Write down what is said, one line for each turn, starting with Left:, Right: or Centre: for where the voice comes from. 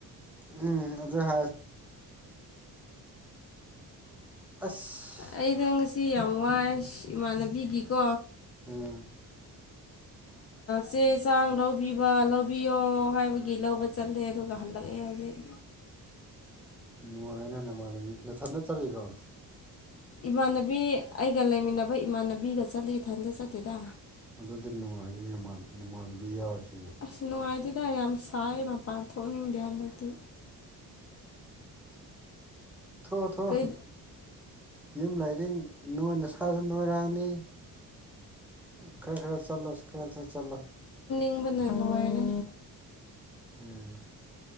Centre: ꯎꯝ ꯑꯗꯨ ꯍꯥꯏ ꯑꯁ
Left: ꯑꯩꯗ ꯉꯁꯤ ꯌꯥꯝ ꯋꯥꯏꯌꯦ ꯏꯁ ꯏꯃꯥꯟꯅꯕꯤꯒꯤꯀꯣ
Centre: ꯎꯝ <inaudible>
Left: ꯆꯦ ꯆꯥꯡ ꯂꯧꯕꯤꯕ ꯂꯧꯕꯤꯌꯣ ꯍꯥꯏꯕꯒꯤ ꯂꯧꯕ ꯆꯠꯂꯦ ꯑꯗꯨꯒ ꯍꯜꯂꯛꯑꯦ ꯍꯧꯖꯤꯛ
Centre: ꯅꯨꯡꯉꯥꯏꯅ ꯅꯃꯥꯟꯅꯕꯤ ꯅꯊꯟꯗ ꯆꯠꯂꯤꯔꯣ
Left: ꯏꯃꯥꯟꯅꯕꯤ ꯑꯩꯒ ꯂꯩꯃꯤꯟꯅꯕ ꯏꯃꯥꯟꯅꯕꯤꯒ ꯆꯠꯂꯤ ꯏꯊꯟꯇ ꯆꯠꯇꯦꯗ
Centre: ꯑꯗꯨꯗꯤ ꯅꯨꯉꯥꯏ ꯅꯨꯉꯥꯏꯅꯤ ꯅꯃꯥꯟꯅꯕꯤ ꯌꯥꯎꯁꯤ
Left: ꯑꯁ ꯅꯨꯡꯉꯥꯏꯇꯦꯗ ꯌꯥꯝ ꯁꯥꯏ ꯃꯄꯥꯟ ꯊꯣꯛꯅꯤꯡꯗꯦ ꯍꯟꯗꯛꯇꯤ
Centre: <inaudible> ꯊꯣ ꯊꯣ
Left: ꯀꯩ
Centre: ꯌꯨꯝ ꯂꯥꯏꯔꯤꯡ ꯅꯣꯏ ꯅꯁꯥꯁꯨ ꯅꯣꯏꯔꯛꯑꯅꯤ ꯈꯔ ꯈꯔ ꯆꯂꯣ ꯈꯔ ꯈꯔ ꯆꯠꯂꯣ
Left: ꯇꯨꯝꯕꯅ ꯅꯨꯉꯥꯏꯔꯦ
Centre: ꯎꯝ